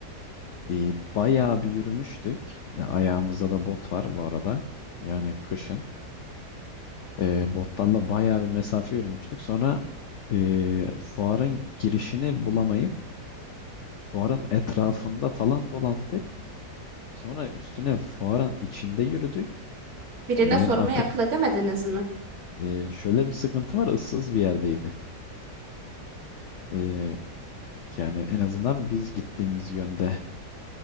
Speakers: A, on the left; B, on the right.
A: E, bayağı bir yürümüştük. E, Ayağımızda da bot var bu arada. Yani kışın. E, botlarla bayağı bir mesafe yürümüştük. Sonra e, fuarın girişini bulamayıp fuarın etrafında falan dolandık. Sonra üstüne fuarın içinde yürüdük.
B: Birine
A: Benim
B: sormayı
A: artık
B: akıl edemediniz mi?
A: e, şöyle bir sıkıntı var. ıssız bir yerdeydi. E, yani en azından biz gittiğimiz yönde,